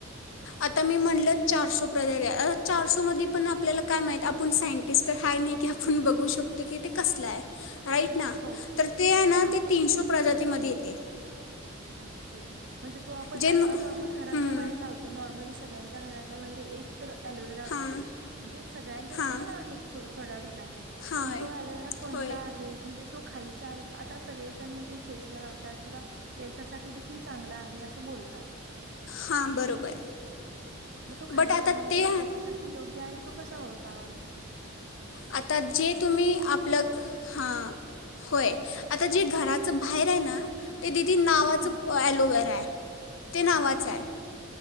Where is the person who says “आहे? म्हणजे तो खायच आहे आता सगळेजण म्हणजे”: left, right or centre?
Right